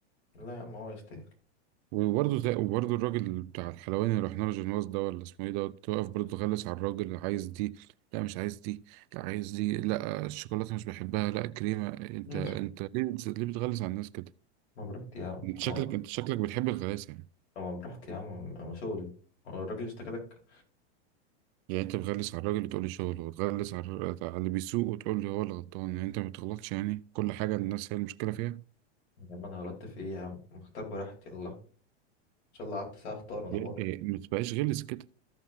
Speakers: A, on the left; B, on the right.
A: لا يا عم هو يستاهل
B: وبرضه زي وبرضه الراجل بتاع الحلواني اللي رحنا له جنواز ده ولا اسمه ايه ده توقف برضه غلس على الراجل اللي عايز دي لا مش عايز دي لا عايز دي لا الشوكولاته مش بحبها لا كريمه انت
A: <laughs>
B: انت ليه بتس- ليه بتغلس على الناس كده
A: ما براحتي يا عم
B: انت
A: اه
B: شكلك انت شكلك بتحب الغلاسه يعني
A: ما براحتي يا عم ما شغلي هو الراجل اشتكى لك
B: يعني انت بتغلس على الراجل وتقول لي شغله وتغلس على الر- على اللي بيسوق وتقول لي هو اللي غلطان يعني انت ما بتغلطش يعني كل حاجه الناس هي المشكله فيها
A: يا عم انا غلطت في ايه يا عم اختار براحتي يلا ان شاء الله قعدت ساعه اختار وانا
B: يعني
A: حر
B: إيه، ما تبقاش غلس كده